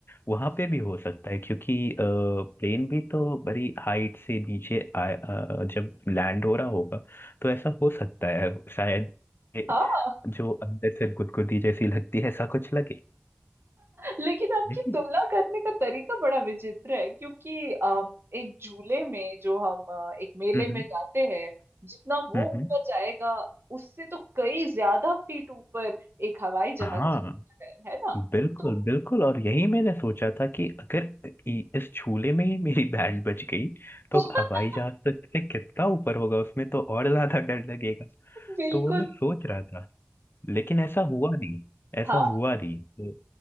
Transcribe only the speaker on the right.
हाँ
लेकिन आपकी
तुलना करने का तरीका बड़ा विचित्र है क्योंकि अम, एक झूले में जो हम अ, एक मेले
में
जाते हैं जितना वो
ऊपर जाएगा उससे तो कई ज्यादा फीट ऊपर एक हवाई जहाज
जाता है है ना
तो
<laughs>
बिल्कुल
बिल्कुल।
हाँ